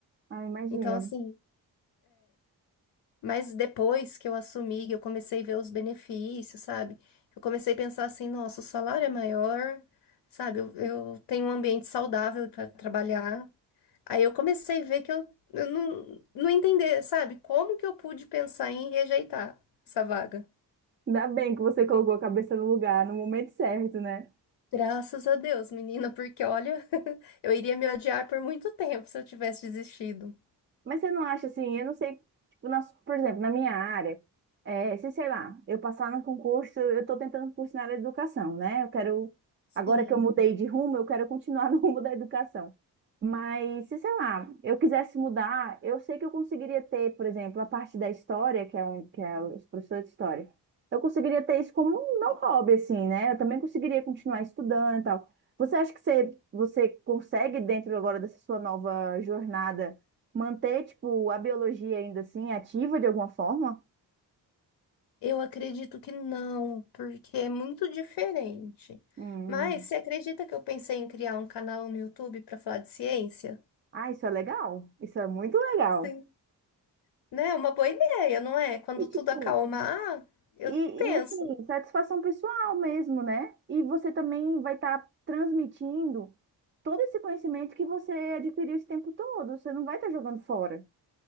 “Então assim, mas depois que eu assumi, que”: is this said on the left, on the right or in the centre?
Left